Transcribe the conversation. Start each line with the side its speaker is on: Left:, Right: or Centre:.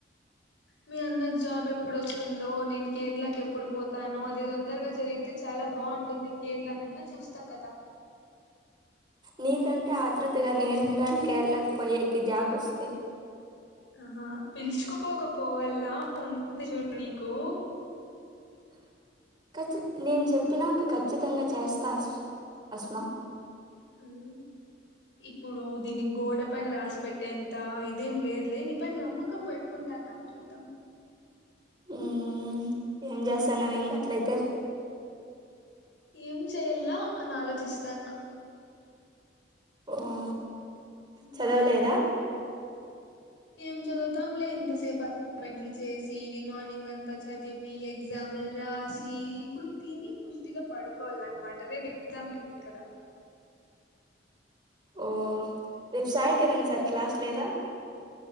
Left: మీ అన్నకు జాబ్ ఎప్పుడు వస్తుందో నేను కేరళకి ఎప్పుడు పోతాను అది తొందరగా జరిగితే చాలా బాగుంటుంది కేరళ నన్నా చూస్తా కదా
Right: నీకంటే ఆతృతగా నేనుండను కేరళకు పోయేకి జాబ్ వస్తే
Left: ఆహా పిలిచిక పోక పోవలా ఉన్న <inaudible> నీకు
Right: హా కచ్చు నేను చెప్పినాక ఖచ్చితంగా చేస్తా అస్మా
Left: హ్మ్. ఇప్పుడు దీన్ని గోడ పైన రాసి పెట్టేంత ఇదేం లేదులే నీ పైన నమ్మకం పెట్టుకుంటా అన్నాం చూద్దాం.
Right: హుహ్ ఏం
Left: హ్మ్.
Right: చేస్తానావ్ ఇంగ ఎట్లయితే
Left: ఏం చెయ్యాలా అని ఆలోచిస్తానా
Right: ఒహో
Left: హ్మ్.
Right: చదవలేదా
Left: ఏం చదువుతాంలే ఇంతసేపు అస్నమేట్లు చేసి రిమైంగ్మార్నింగ్ అంతా చదివి ఎగ్జామ్లు రాసి ఇప్పుడు తిని పుష్టిగా పడుకోవాల అనమాట రేపు ఎగ్జామ్ కదా
Right: ఓ రేపు సాయికిరణ్ సార్ క్లాస్ లేదా